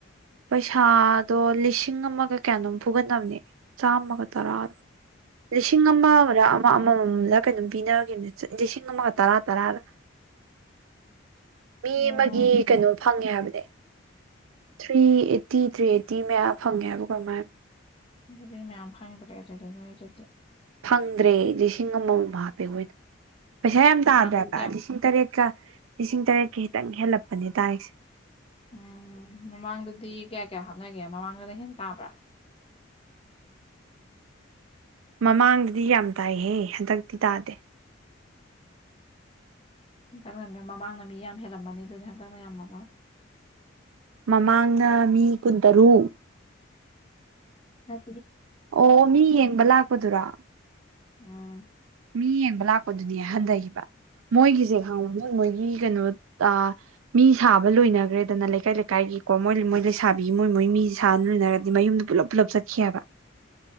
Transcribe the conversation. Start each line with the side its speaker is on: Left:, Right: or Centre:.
Right: ꯄꯩꯁꯥꯗꯣ ꯂꯤꯁꯤꯡ ꯑꯃꯒ ꯀꯌꯥꯅꯣꯝ ꯐꯨꯒꯠꯅꯕꯅꯦ ꯆꯥꯝꯃꯒ ꯇꯔꯥ ꯀ ꯂꯤꯁꯤꯡ ꯑꯃꯔ ꯑꯃ ꯑꯃꯃꯝꯗ ꯀꯩꯅꯣꯝ ꯄꯤꯅꯈꯤꯕꯅꯦ ꯂꯤꯁꯤꯡ ꯑꯃꯒ ꯇꯔꯥ ꯇꯔꯥꯗ ꯃꯤ
Left: ꯑꯣ
Right: ꯑꯃꯒꯤ ꯀꯩꯅꯣ ꯐꯪꯉꯦ ꯍꯥꯏꯕꯅꯦ ꯊ꯭ꯔꯤ ꯑꯦꯠꯇꯤ ꯊ꯭ꯔꯤ ꯑꯦꯠꯇꯤ ꯃꯌꯥꯝ ꯐꯪꯉꯦꯕ ꯀꯔꯃꯥꯏꯅ
Left: ꯑꯗꯨꯗꯤ ꯃꯌꯥꯝ ꯐꯪꯗ꯭ꯔꯦ ꯑꯗꯨꯗꯤ ꯅꯣꯏ ꯑꯗꯨꯗꯤ
Right: ꯐꯪꯗ꯭ꯔꯦ ꯂꯤꯁꯤꯡ ꯑꯃꯃꯝ ꯍꯥꯞꯄꯦ ꯑꯩꯈꯣꯏꯗ ꯄꯩꯁꯥ ꯌꯥꯝ
Left: ꯃꯃꯥꯡꯗꯗꯤ
Right: ꯇꯥꯗ꯭ꯔꯦꯕ
Left: ꯀꯌꯥ
Right: ꯂꯤꯁꯤꯡ ꯇꯔꯦꯠꯀ ꯂꯤꯁꯤꯡ ꯇꯔꯦꯠꯀ ꯈꯤꯇꯪ ꯍꯦꯜꯂꯛꯄꯅꯦ ꯇꯥꯔꯤꯁꯦ
Left: ꯎꯝ ꯃꯃꯥꯡꯗꯗꯤ ꯀꯌꯥ ꯀꯌꯥ ꯍꯥꯞꯅꯒꯦ ꯃꯃꯥꯡꯗꯅ ꯍꯦꯟ ꯇꯥꯕ꯭ꯔꯥ
Right: ꯃꯃꯥꯡꯗꯗꯤ ꯌꯥꯝ ꯇꯥꯏꯍꯦ ꯍꯟꯗꯛꯇꯤ ꯇꯥꯗꯦ
Left: ꯍꯟꯇꯛꯅ ꯃꯃꯥꯡꯗ ꯃꯤ ꯌꯥꯝ ꯍꯦꯜꯂꯝꯕꯅꯤ ꯑꯗꯨꯗꯤ ꯍꯟꯇꯛꯅ ꯌꯥꯝꯃꯕ
Right: ꯃꯃꯥꯡꯅ ꯃꯤ ꯀꯨꯟꯇꯔꯨꯛ
Left: ꯑ
Right: ꯑꯣ ꯃꯤ ꯌꯦꯡꯕ ꯂꯥꯛꯄꯗꯨꯔ
Left: ꯎꯝ
Right: ꯃꯤ ꯌꯦꯡꯕ ꯂꯥꯛꯄꯗꯨꯅꯦ ꯍꯟꯊꯈꯤꯕ ꯃꯣꯏꯒꯤꯁꯦ ꯈꯉ ꯃꯣꯏ ꯃꯣꯏꯒꯤ ꯀꯩꯅꯣ ꯑ ꯃꯤ ꯁꯥꯕ ꯂꯣꯏꯅꯈ꯭ꯔꯦꯗꯅ ꯂꯩꯀꯥꯏ ꯂꯩꯀꯥꯏꯒꯤꯀꯣ ꯃꯣꯏ ꯃꯣꯏ ꯂꯩꯁꯕꯤ ꯃꯣꯏ ꯃꯣꯏ ꯃꯤ ꯁꯥꯅ ꯂꯣꯏꯅꯔꯗꯤ ꯃꯌꯨꯝꯗ ꯄꯨꯂꯞ ꯂ ꯆꯠꯈꯤꯕ